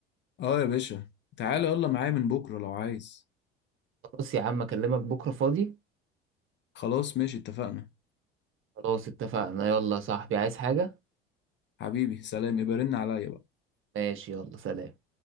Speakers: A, on the left (about 35°); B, on the right (about 40°).
A: اه يا باشا تعالى يلا معايا من بكرة لو عايز
B: خلاص يا عم اكلمك بكرة فاضي
A: خلاص ماشي اتفقنا
B: خلاص اتفقنا يلا يا صاحبي عايز حاجة
A: حبيبي سلام يبقى رن عليا بقى
B: ماشي يلا سلام